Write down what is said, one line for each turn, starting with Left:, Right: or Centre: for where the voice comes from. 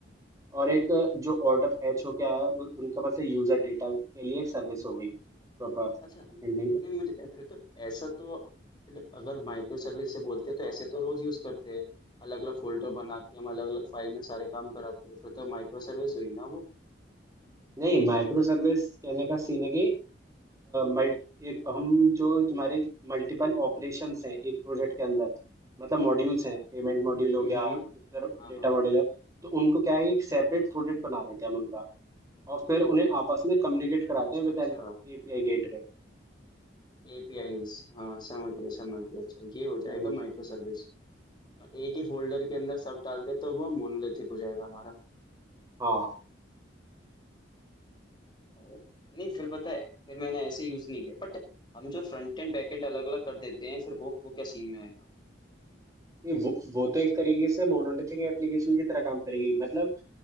Right: और एक अ, जो ऑर्डर फैच होके आया उ- उनका मतलब यूजर डेटा के लिए एक सर्विस हो गई प्रॉपर
Left: अच्छा
Right: हैंडलिंग करने
Left: नहीं मुझे फिर तो ऐसा तो अगर माइक्रो सर्विस से बोलते हैं तो ऐसे तो रोज यूज करते हैं अलग अलग फोल्डर बना के हम अलग अलग फाइल में सारे काम कराते हैं फिर तो माइक्रो सर्विस हुई ना वो
Right: नहीं माइक्रो सर्विस कहने का सीन है कि मल्ट एक हम जो तुम्हारे मल्टीपल ऑपरेशंस हैं एक प्रोजेक्ट के अंदर मतलब मॉड्यूल्स हैं पेमेंट मॉड्यूल हो
Left: हम्म
Right: गया यूजर
Left: हाँ
Right: डेटा
Left: हाँ
Right: मॉड्यूल है तो उनको क्या है एक सेपरेट प्रोजेक्ट बना देते हैं हम उनका और फिर उन्हें आपस में कम्युनिकेट कराते
Left: अच्छा
Right: हैं with
Left: अच्छा
Right: help of API gateway
Left: एपीआईज हाँ समझ गया समझ गया अच्छा ये हो
Right: हम्म
Left: जाएगा माइक्रो सर्विस एक ही फोल्डर के अंदर सब डाल दे तो वो मोनोलिथिक हो जाएगा हमारा
Right: हाँ
Left: नहीं फिर पता है फिर मैंने ऐसे यूज नहीं किया बट हम जो फ्रंट एंड बैक एंड अलग अलग कर देते हैं फिर वो वो क्या सीन में आएगा
Right: नहीं, वो वो तो एक तरीके से मोनोलिथिक एप्लीकेशन की तरह काम करेगी मतलब